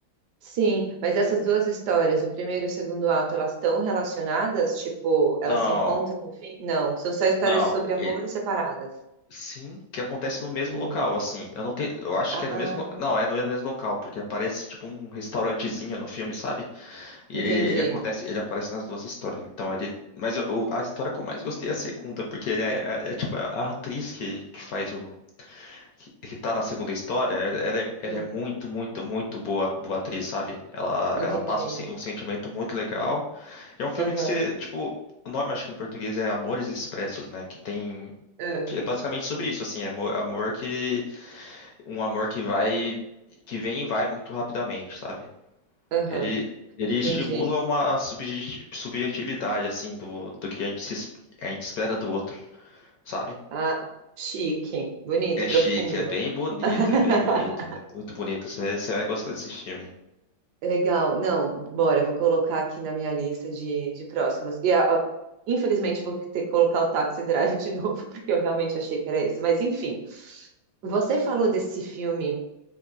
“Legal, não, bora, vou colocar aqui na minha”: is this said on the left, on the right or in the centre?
Right